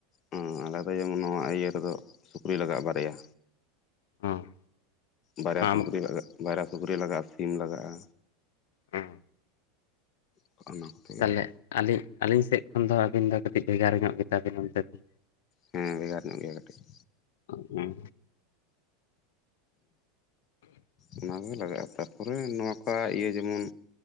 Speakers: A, on the left; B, on the left.
A: ᱦᱮᱸ ᱟᱞᱮ ᱫᱚ ᱡᱮᱢᱚᱱ ᱱᱚᱣᱟ ᱤᱭᱟᱹ ᱨᱮᱫᱚ ᱥᱩᱠᱨᱤ ᱞᱟᱜᱟᱜᱼᱟ ᱵᱟᱨᱭᱟ᱾
B: ᱦᱚᱸ
A: ᱵᱟᱨᱭᱟ
B: ᱟᱢ
A: ᱥᱩᱠᱨᱤ ᱞᱟᱜᱟ ᱵᱟᱨᱭᱟ ᱥᱩᱠᱨᱤ ᱞᱟᱜᱟᱜᱼᱟ ᱥᱤᱢ ᱞᱟᱜᱟᱜᱼᱟ᱾
B: ᱦᱚᱸ
A: <unintelligible>
B: ᱛᱟᱦᱚᱞᱮ ᱟᱹᱞᱤᱧ ᱟᱹᱞᱤᱧ ᱥᱮᱫ ᱠᱷᱚᱱ ᱫᱚ ᱟᱹᱵᱤᱱ ᱫᱚ ᱠᱟᱹᱴᱤᱡ ᱵᱷᱮᱜᱟᱨ ᱧᱚᱜ ᱜᱮᱛᱟᱵᱤᱱᱟ ᱫᱚ
A: ᱦᱮᱸ ᱵᱷᱮᱜᱟᱨ ᱧᱚᱜ ᱜᱮᱭᱟ ᱠᱟᱹᱴᱤᱡ
B: ᱦᱩᱸ
A: ᱚᱱᱟ ᱚᱱᱟ ᱠᱚᱜᱮ ᱞᱟᱜᱟᱜᱼᱟ ᱛᱟᱨᱯᱚᱨᱮ ᱱᱚᱣᱠᱟ ᱤᱭᱟᱹ ᱡᱮᱢᱚᱱ